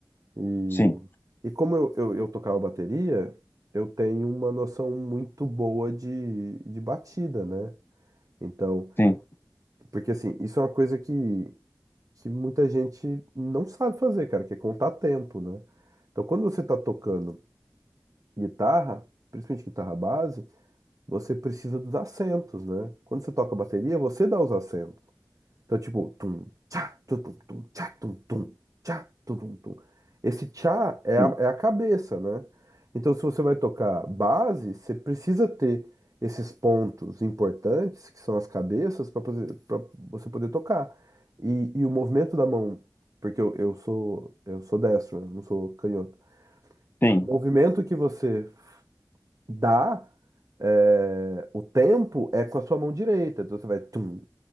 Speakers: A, on the right; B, on the left.
A: E,
B: Sim,
A: e como eu, eu, eu tocava bateria, eu tenho uma noção muito boa de, de batida, né? Então,
B: sim,
A: porque assim, isso é uma coisa que, que muita gente não sabe fazer, cara, que é contar tempo, né? Então, quando você tá tocando guitarra, principalmente guitarra base, você precisa dos acentos, né? Quando você toca bateria, você dá os acentos. Então, tipo, tum, tchá, tum, tum, tum tchá, tum, tum, tchá, tum, tum, tum. Esse tchá é
B: sim,
A: a, é a cabeça, né? Então, se você vai tocar base, você precisa ter esses pontos importantes, que são as cabeças, para você poder tocar. E, e o movimento da mão, porque eu, eu sou, eu sou destro, né? Não sou canhoto.
B: sim.
A: O movimento que você dá, é, o tempo é com a sua mão direita. Então, você vai tum,